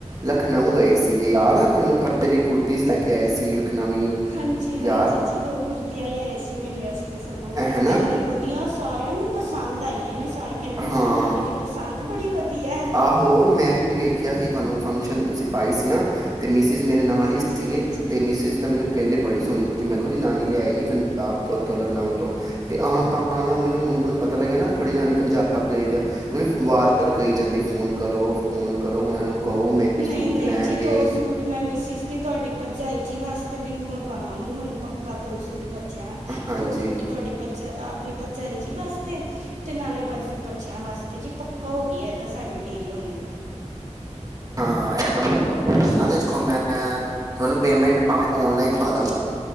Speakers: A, on the right; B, on the right.
A: ਲਖਨਊ ਗਏ ਸੀ। ਯਾਦ ਤੁਹਾਨੂੰ ਤੁਹਾਡੇ ਲਈ ਕੁੜਤੀਜ਼ ਲੈ ਕੇ ਆਏ ਸੀ। ਲਖਨਵੀ
B: ਹਾਂਜੀ। ਹਾਂਜੀ
A: ਯਾਦ
B: ਜੀ। ਦੋ ਕੁੁਰਤੀਆਂ ਲਿਆਏ ਸੀ। ਮੇਰੇ ਵਾਸਤੇ। ਸਗੋਂ
A: ਐ ਹੈ ਨਾ
B: ਇੰਨੀ ਵਧੀਆ ਸੀ। ਸਾਰਿਆਂ ਨੂੰ ਪਸੰਦ ਆਈਆਂ ਨੇ। ਸ ਸਾਰੇ ਕਹਿੰਦੇ ਨੇ, ਤੁਹਾਡੀ
A: ਹਾਂ
B: ਨਾਨੀ ਦੀ ਪਸੰਦ ਬੜੀ ਵਧੀਆ। ਹੈ
A: ਆਹੋ ਮੈਂ, ਵੀ ਵੇਖਿਆ ਸੀ ਤੁਹਾਨੂੰ। ਫੰਕਸ਼ਨ ਤੇ ਤੁਸੀਂ ਪਾਈ ਸੀ ਨਾ ਤੇ, ਮਿਸਿਜ ਮੇਰੇ ਨਾਲ
B: ਹਾਂਜੀ
A: ਹੀ ਸੀਗੇ
B: ਹਾਂਜੀ
A: ਤੇ ਮਿਸੇਜ਼ ਤਾਂ ਮੇਰੇ ਮੈਨੂੰ ਕਹਿੰਦੇ ਬੜੀ ਸੋਹਣੀ ਕੁੜਤੀ, ਮੈਂ ਕਿਹਾ ਜੀ, ਉਹਦੀ ਨਾਨੀ ਲਿਆਈ ਪੰਜਾਬ ਉੱਥੋਂ ਲਖਨਊ ਤੋਂ, ਤੇ ਆਹ ਤਾਂ ਮੈਨੂੰ ਹੁਣ ਮੈਨੂੰ ਪਤਾ ਲੱਗਿਆ ਨਾ ਤੁਹਾਡੀ ਨਾਨੀ ਪੰਜਾਬ ਗਏ ਦੀ ਆ, ਉਹਨੂੰ ਵਾਰ ਵਾਰ ਕਹੀ ਜਾਂਦੀ। ਫੋਨ ਕਰੋ, ਫੋਨ ਕਰੋ, ਉਹਨਾਂ ਨੂੰ। ਕਹੋ ਮੇਰੇ
B: ਨਹੀਂ
A: ਸੂਟ
B: ਨਹੀਂ
A: ਲੈਣਗੇ
B: ਜੀ, ਦੋ ਸੂਟ ਮੈਂ ਮਿਸਿਸ ਦੀ, ਤੁਹਾਡੀ ਭਰਜਾਈ ਜੀ ਵਾਸ ਅਤੇ ਵੀ ਮੰਗਵਾਵਾਂਗੀ ਹੁਣ ਪੱਕਾ ਦੋ ਸੂਟ। ਬੱਚਿਆਂ
A: ਹਾਂਜੀ
B: ਦੋ ਸੂਟ ਤੁਹਾਡੇ ਭਰਜਾਈ ਆ ਆਪਣੀ ਭਰਜ ਚਾਈਂ ਜੀ ਵਾਸਤੇ, ਤੇ ਨਾਲੇ ਬਰਫ਼ੀ ਬੱਚਿਆਂ ਵਾਸਤੇ, ਜੀ ਪੱਕਾ ਹੋ ਗਿਆ ਇਹ ਤਾਂ ਸਾਡੀ ਡੀਲ ਹੁਣ।
A: ਹਾਂ, ਇਹ ਕੰਮ ਪੱਕਾ ਕਰਨਾ, ਦੇਖੋ ਮੈਂ ਤੁਹਾਨੂੰ ਪੇਮੇਂਟ ਭਾਵੇਂ, ਔਨਲਾਈਨ ਪਾ ਦਾਂ।